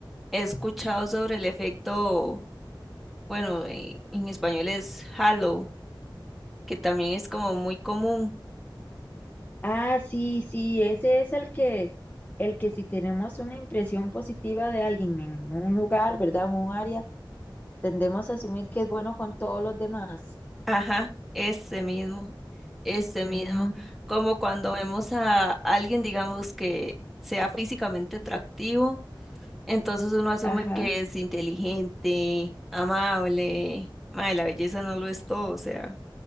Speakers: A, in the centre; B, on the left.
A: he escuchado sobre el efecto, bueno, en, en español es halo, que también es como muy común.
B: Ah, sí, sí, ese es el que, el que si tenemos una impresión positiva de alguien en un lugar, ¿verdad? En un área, tendemos a asumir que es bueno con todos los demás.
A: Ajá, ese mismo, ese mismo.
B: Mm,
A: Como cuando vemos a alguien, digamos, que sea físicamente atractivo Entonces uno asume
B: ajá.
A: que es inteligente, amable. Mae, la belleza no lo es todo, o sea.